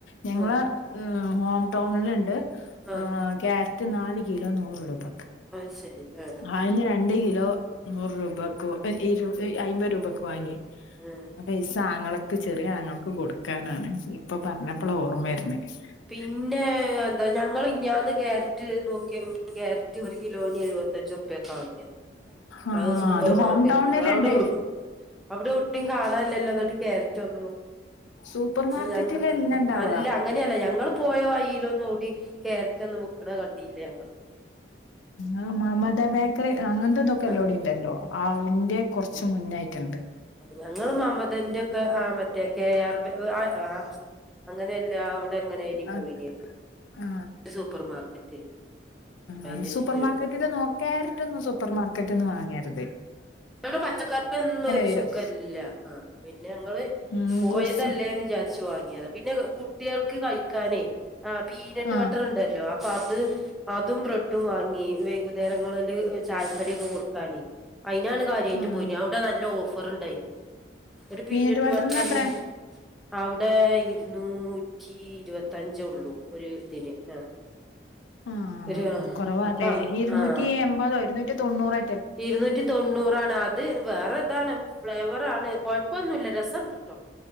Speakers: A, on the left; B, in the centre.
A: ഞങ്ങള്
B: ആഹ് ആഹ്
A: ഹോം ടൗണിൽണ്ട്
B: ആഹ്
A: ക്യാരറ്റ് നാല് കിലോ നൂറ് രൂപ.
B: അത് ശരി ആഹ്
A: ആയിന്ന് രണ്ട് കിലോ നൂറ് രൂപക്ക്, ഇരു അയ്മ്പത് രൂപക്ക് വാങ്ങി.
B: ആഹ്
A: പൈസ ആങ്ങളക്ക് ചെറിയ ആങ്ങൾക്ക് കൊടുക്കാനാണ്. ഇപ്പൊ പറഞ്ഞപ്പളാ ഓർമ്മ യത് <unintelligible>
B: പിന്നെ എന്താ ഞങ്ങൾ ഇഞ്ഞന്ന് ക്യാരറ്റ് നോക്കിയഴ്പ്പ ക്യാരറ്റ് ഒരു കിലോനി എഴുപത്തഞ്ഞോ? <unintelligible> താങ്ങിയത്
A: ആ
B: അത് സൂപ്പർ
A: ഹോം
B: മാർക്കറ്റി
A: ടൗണിലുണ്ട്
B: അവിടെ അവിടെ എവിടെയും കാണാാനില്ലല്ലോ എന്നിട്ട് കരറ്റ് ഒന്നും.
A: സൂപ്പർ മാർക്കറ്റിലല്ല
B: ഞങ്ങ ങ് ങ്
A: ഇണ്ടാവ
B: അല്ല. അങ്ങനെയല്ല ഞങ്ങൾ പോയോ വയ്യിലോന്ന് ഓടി കേരറ്റ് ഒന്നും മുക്കണ കണ്ടില്ല ഞങ്ങൾ
A: ആ് മമത ബേക്കറി അങ്ങനത്തെതൊക്കെ എല്ലോടെ
B: ആഹ്
A: ഉണ്ടല്ലോ. ആയിന്റെ കുറച്ച് മുന്നായിട്ട്.
B: ഞങ്ങ മഹമ്മദൻ്റെ ഒക്കെ ആ മറ്റേ കെ ആർ ബേ <unintelligible> അങ്ങ അല്ല അവിടെ എങ്ങന നി
A: ആ
B: പോയി
A: ആ
B: സൂപ്പർ മാർക്കറ്റ് അപ്പൊ
A: ആ
B: അതിന്റെ
A: സൂപ്പർ
B: ചുറ്റിനും
A: മാർക്കറ്റിൽ നോക്കാ ക്യാരറ്റ് ന്നു സൂപ്പർ മാർക്കറ്റ്ന്ന് വാങ്ങിയരുന്നു.
B: നടെ പച്ചക്കറി യൊന്നുംരു
A: വരും
B: സൂഖല്ല ആ പിന്നെ ഞങ്ങള്
A: ഉം
B: പോയതല്ലേന്ന്
A: ഗുഡ്സ്
B: വിചാരിച്ച് വാങ്ങിയത് പിന്നെ കുട്ടികൾക്ക് കഴിക്കാനേ ആ് പീനട്ട്
A: ആ
B: ബട്ടറുണ്ടല്ലോ. അപ്പ അത് അതും ബ്രെഡും വാങ്ങി വൈകുന്നേരങ്ങളില് ചായക്കടി ക്കെ കൊടുക്കാന്. അയിനാണ് കാര്യയിട്ട്
A: ആ
B: പോയിനി അവിടെ നല്ല ഓഫർണ്ടായിന് ഒരു പീന്നട്ട്
A: പീനട്ട് ബട്ടറിന്
B: ബട്ടർ
A: എത്ര
B: ന്ന് അവിടെ ഇരുന്നുന്നൂറ്റി ഇരുപത്തഞ്ചേ ഉള്ളൂ. ഒരു ഇതിന് ആ
A: ആ
B: ഒരു ആ
A: കുറവാല്ലേ
B: അപ്പൊ
A: ഇരുന്നൂറ്റി
B: ആ
A: എമ്പതോ, ഇരുന്നൂറ്റി തൊണ്ണൂറോ
B: ഇരുന്നൂറ്റി തൊണ്ണൂറാണ്. അത് വേറെതാണ് ഫ്ലേവർ ആണ്. കുഴപ്പ ഒന്നുല്ല രസണ്ട്ട്ടോ.